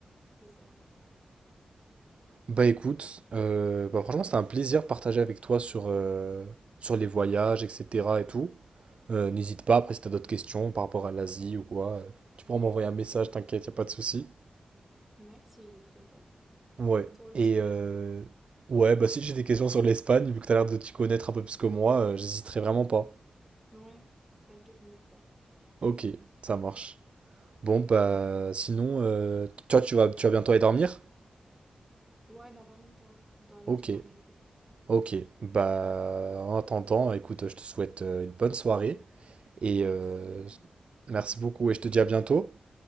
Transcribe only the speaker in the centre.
C'est ça, ouais.
Merci, j'hésiterai pas.
Toi aussi,
euh,
ouais, t'inquiète, n'hésite pas.
Ouais, dans pas longtemps, je dois aller
me préparer et tout.
Merci
de même.